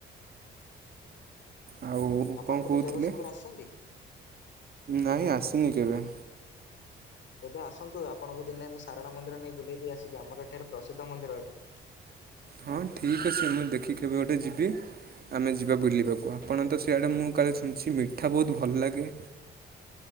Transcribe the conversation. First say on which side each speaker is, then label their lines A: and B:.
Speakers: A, on the right; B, on the left.
A: ଆଉ
B: ଆପଣ
A: କ'ଣ
B: କେବେ
A: କହୁଥିଲେ?
B: ଜଗତସିଂହପୁର ଆସିଛନ୍ତି?
A: ନାଇଁ ଆସିନି କେବେ।
B: ଏବେ ଆସନ୍ତୁ ଆପଣଙ୍କୁ ଦିନେ ମୁଁ ସାରଳା ମନ୍ଦିର ନେଇ ବୁଲେଇ ଦେଇ ଆସିବି ଆମର ଏଠାରେ ପ୍ରସିଦ୍ଧ ମନ୍ଦିର ଏଠି
A: ହଁ ଠିକ୍ ଅଛି ମୁଁ ଦେଖି କେବେ ଗୋଟେ ଯିବି। ଆମେ ଯିବା ବୁଲିବାକୁ ଆପଣ ତ ସିଆଡ଼େ ମୁଁ କାଳେ ଶୁଣିଚି ମିଠା ବହୁତ ଭଲ ଲାଗେ।